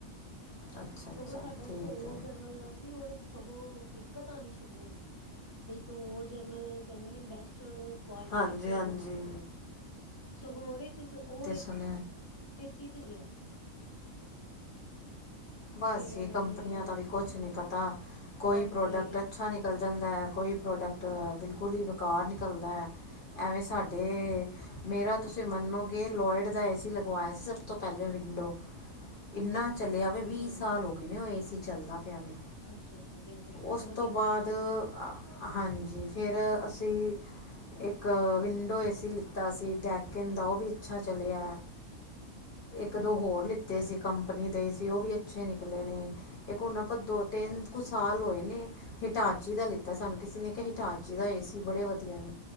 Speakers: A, on the left; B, on the left.
A: ਅੱਛਾ ਅੱਛਾ
B: ਸਗੋਂ ਸਾਡਾ
A: ਠੀਕ
B: ਇੱਕ ਹੋਰ
A: ਹੈ
B: ਜਰਨਲ ਦਾ ਉਹਦੇ ਚ ਸਗੋਂ ਦਿੱਕਤ ਆਉਣੀ ਸ਼ੁਰੂ ਹੋ ਗਈ ਵੀ ਉਹ ਜਨਰਲ ਕਹਿੰਦੇ ਨੇ ਬੈਸਟ। ਕੁਆਲਿਟੀ
A: ਹਾਂਜੀ
B: ਤੇ
A: ਹਾਂਜੀ
B: ਹੁੰਦੀ ਹੈ ਸਗੋ ਚ ਉਹ
A: ਸੁਣ
B: ਦੇਸੀ ਚ ਹੀ।
A: ਬਸ
B: ਤੇ
A: ਜੀ ਕੰਪਨੀਆਂ
B: ਹਾਂਜੀ
A: ਦਾ ਵੀ ਕੁਛ ਨਹੀਂ ਪਤਾ ਕੋਈ
B: ਹਾਂਜੀ
A: ਪ੍ਰੋਡਕਟ ਅੱਛਾ ਨਹੀਂ। ਨਿਕਲ ਜਾਂਦਾ ਕੋਈ ਪ੍ਰੋਡਕਟ ਬਿਲਕੁਲ ਹੀ ਬੇਕਾਰਕਾਰ ਨਿਕਲਦਾ। ਐਵੇਂ ਸਾਡੇ।
B: ਹਾਂਜੀ ਹਾਂਜੀ
A: ਮੇਰਾ ਤੁਸੀਂ ਮੰਨੋਗੇ ਲੋਇਡ ਦਾ ਏਸੀ ਲਗਵਾਇਆ ਸੀ ਸਭ ਤੋਂ ਪਹਿਲੇ ਵਿੰਡੋ। ਇੰਨਾ ਚੱਲਿਆ ਵੀ।
B: ਹਾਂਜੀ
A: ਲੋਕ ਨੇ ਉਹ ਏਸੀ ਚੱਲਦਾ ਪਿਆ ਵੀ
B: ਅੱਛਾ ਅੱਛਾ ਫੇਰ ਤਾਂ ਬਹੁਤ
A: ਉਸ
B: ਵਧੀਆ
A: ਤੋਂ ਬਾਅਦ।
B: ਭੈਣ ਜੀ
A: ਹਾਂਜੀ ਫਿਰ ਅਸੀਂ। ਇੱਕ ਵਿੰਡੋ ਏ ਸੀ ਲਿੱਤਾ ਸੀ ਡੈਕਿਨ ਦਾ ਉਹ ਵੀ ਅੱਛਾ ਚਲਿਆ ਇੱਕ ਦੋ ਹੋਰ ਲਿੱਤੇ
B: ਅੱਛਾ
A: ਸੀ ਕੰਪਨੀ ਦੇ ਸੀ ਉਹ ਵੀ ਅੱਛੇ ਨਿਕਲੇ ਨੇ ਇੱਕ ਹੁਣ ਆਪਾਂ ਦੋ ਤਿੰਨ
B: ਅੱਛਾ
A: ਕੁ ਸਾਲ ਹੋਏ ਨੇ ਹਿਟਾਚੀ ਦਾ ਲਿੱਤਾ ਸਾਨੂੰ ਕਿਸੇ ਨੇ ਕਿਹਾ ਹਿਟਾਚੀ ਦਾ ਏ ਸੀ ਬੜੇ ਵਧੀਆ ਨੇ